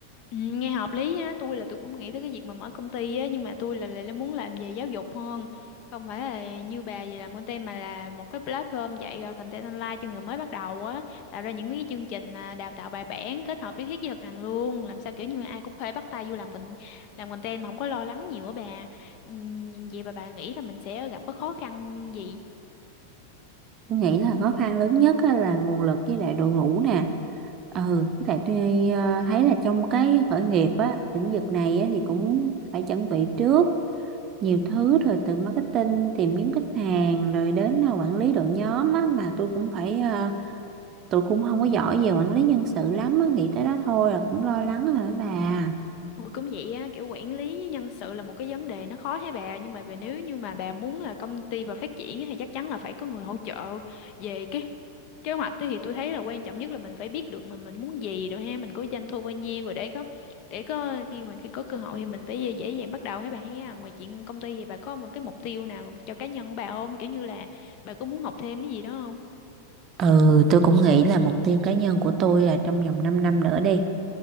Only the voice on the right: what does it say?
Tôi nghĩ là khó khăn lớn nhất á là nguồn lực với lại đội ngũ nè ừ với lại tôi ờ, thấy là trong cái khởi nghiệp á lĩnh vực này á thì cũng phải chuẩn bị trước nhiều thứ rồi từ marketing tìm kiếm khách hàng rồi đến ờ, quản lý đội nhóm á mà tôi cũng phải ờ, tôi cũng không có giỏi về quản lý nhân sự lắm á nghĩ tới đó thôi là cũng lo lắng rồi đó bà
Ừ, tôi cũng nghĩ là mục tiêu cá nhân của tôi là trong vòng 5 năm nữa đi.